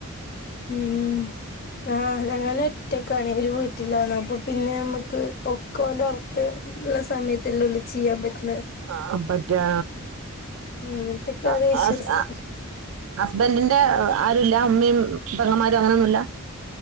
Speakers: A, on the left (about 45°); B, on the right (about 65°).
A: ഉം ആ ഞാനൊറ്റക്കാണ് ഒരു വീട്ടിലാണ് അപ്പൊ പിന്നെമ്മക്ക് ഒക്കെഓല്റത്ത് ഉള്ള സമയത്തില്ലേ ഒളി ച്ചിയ്യാ പറ്റു
B: ആ പറ്റാ
A: അങ്ങനത്തെക്കെ
B: അ
A: ഓരോ ഇഷ്യൂസ്
B: ആ അ ഹസ്ബന്റിന്റെ ആ ആരൂല്ല ഉമ്മീം ബെങ്ങമാരു അങ്ങനൊന്നുല്ല